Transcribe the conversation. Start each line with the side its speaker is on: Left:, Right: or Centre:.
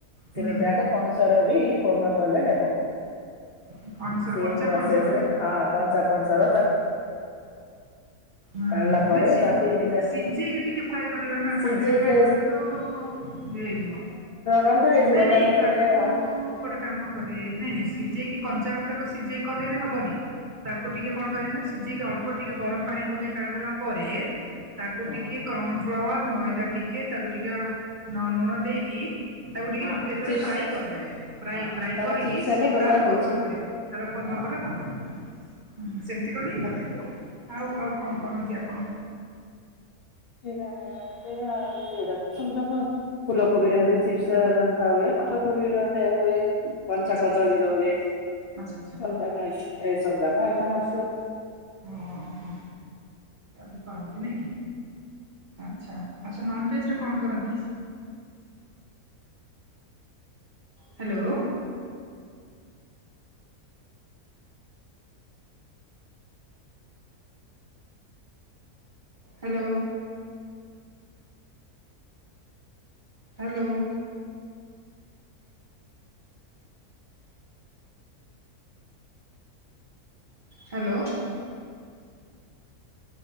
Right: ହୁଁ
Left: ସେମିତି ଆକା ପଣସର ବି କୋର୍ମା କଲେ ହେବ।
Right: ହୁଁ ପଣସର
Left: ସେ
Right: କଞ୍ଚା
Left: ପ୍ରସେସ
Right: ପଣସର ହୁଁ
Left: ରେ ହଁ କଞ୍ଚା ପଣଷର
Right: ହଁ
Left: କାଢିଲା
Right: ହଁ
Left: ପରେ
Right: ନା ସି
Left: ତାକୁ ଏମିତିଆ
Right: ସିଝେଇକି ଟିକେ ଫ୍ରାଏ କରିବା ନା
Left: ସିଝେଇକି
Right: ଖାଲିରେ ଫ୍ରାଏ କଲେ ତ ହେଇଯିବ
Left: ରନ୍ଧା ହେଇଯିବ
Right: ନାଇଁ ନାଇଁ
Left: କାହିଁ କଲେ
Right: ତାକୁ
Left: ହଁ
Right: ଗୋଟେ କାମ କରିବେ ନାଇଁ ନାଇ ସିଝେଇକି କଞ୍ଚାଟାକ ସିଝେଇ କଲେ ବି ହବନି ତାକୁ ଟିକେ କଣ କରିବ ନା ସିଝେଇକିଳ ଅଳ ଅଳ୍ପ ଟିକେ ଗରମ ପାଣି ପକେଇ କାଢିଦେଲା ପରେ ତାକୁ
Left: ହଁ
Right: ଟିକେ କନ ଫ୍ଲାୱାର୍ ମଇଦା ଟିକିଏ ତାକୁ ଟିକିେ ନ ଲୁଣ ଦେଇକି ତାକୁ ଟିକେ
Left: ହଁ
Right: ତେଲରେ
Left: ଚିପ୍ସ
Right: ଫ୍ରାଇ କରିଦେବେ ଫ୍ରାଇ
Left: ହଁ
Right: ଫ୍ରାଇ
Left: ତାର
Right: କରିକି
Left: ଚିପ୍ସ ହେଲେ
Right: ସି
Left: ବଢିଆ
Right: ତାର
Left: ରହୁଛି
Right: କୋର୍ମା କରିବେ ତାର କୋମା
Left: ହଁ।
Right: କଲେ ଭଲ ଲାଗେ ହୁଁ ସେମିତି କଲେ ହିଁ ଭଲ ଲାଗିବ ଆଉ ଆଉ କଣ କରନ୍ତି ଆପଣ?
Left: ଉଇା ସେଇଏ ଏ ପତ୍ରଗୁଡାକ ଫୁଲକୋବି ର ହେଲେ ଚିପ୍ସ ରନ୍ଧା ହୁଏ ପାଠକୋବି ର ସେ ହୁଏ କଞ୍ଚା
Right: ଆଚ୍ଛା
Left: କଦଳୀ
Right: ଆଚ୍ଛା
Left: ର ହୁଏ
Right: ଆଚ୍ଛା ଆଚ୍ଛା
Left: ସମା କ ସମା କସା ମା <unintelligible>
Right: ହୁଁ ହୁଁ ବି କହନ୍ତି ନାଇ କି ଆଚ୍ଛା ଆଚ୍ଛା ନନଭେଜରେ କଣ କରନ୍ତି hello. Hello. Hello. Hello.